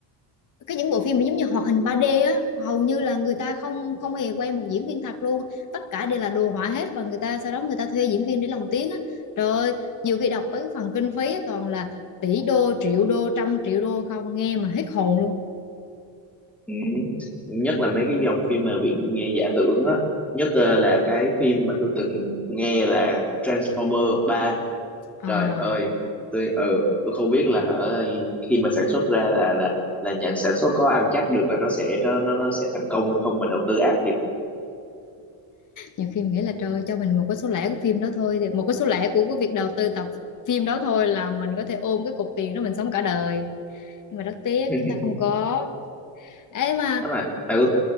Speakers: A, on the left (about 40°); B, in the centre.
A: cái những bộ phim mà giống như hoạt hình ba d á hầu như là người ta không không hề quay một diễn viên thật luôn tất cả đều là đồ họa hết và người ta sau đó người ta thuê diễn viên để lồng tiếng á trời ơi nhiều khi đọc tới cái phần kinh phí á, toàn là tỷ đô triệu đô trăm triệu đô không nghe mà hết hồn luôn
B: ừ. nhất là mấy cái dòng phim mà viễn giả tưởng á nhất ờ, là cái phim mà tôi từng nghe là Transformer ba
A: À,
B: trời ơi tôi ừ tôi không biết là hở khi mà sản xuất ra là là là nhà sản xuất có ăn chắc được là nó sẽ nó nó, nó sẽ thành công hay không mà đầu tư ác thiệt
A: nhiều khi mình nghĩ là trời ơi, cho mình một cái số lẻ của phim đó thôi thì một cái số lẻ của cái việc đầu tư tập phim đó thôi là mình có thể ôm cái cục tiền đó mình sống cả đời nhưng mà rất tiếc
B: <laughs>
A: chúng ta không có ấy mà
B: đó mà bà có